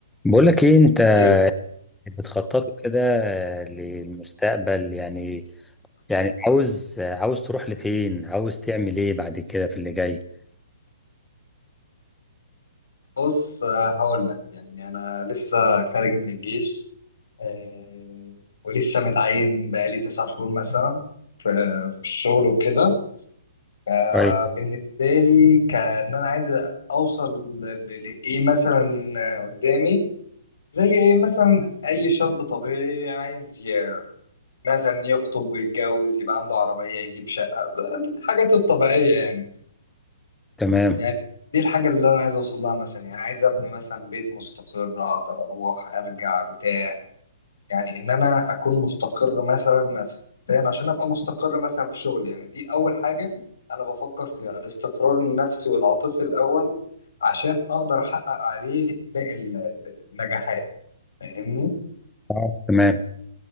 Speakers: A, in the centre; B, on the left.
A: بقولك ايه انت
B: إيه،
A: بتخطط كده آه، للمستقبل يعني يعني عاوز آه، عاوز تروح لفين عاوز تعمل ايه بعد كده في اللي جاي
B: بص آه، هقول لك يعني انا لسه خارج من الجيش آه، ولسه متعين بقالي تسع شهور مثلا في في الشغل وكده فبالنسبه
A: طيب
B: لي كان انا عايز اوصل ل- ل- لايه مثلا آه، قدامي زي ايه مثلا اي شاب طبيعي عايز ي- مثلا يخطب ويتجوز يبقى عنده عربيه يجيب شقه الحاجات الطبيعيه يعني
A: تمام
B: يعني دي الحاجة اللي أنا عايز أوصل لها مثلا يعني عايز أبني مثلا بيت مستقر أقدر أروح أرجع بتاع يعني إن أنا أكون مستقر مثلا نفسيا عشان أبقى مستقر مثلا في شغلي يعني دي أول حاجة أنا بفكر فيها الاستقرار النفسي والعاطفي الأول عشان أقدر أحقق عليه باقي ال- ال- النجاحات فاهمني؟
A: اه تمام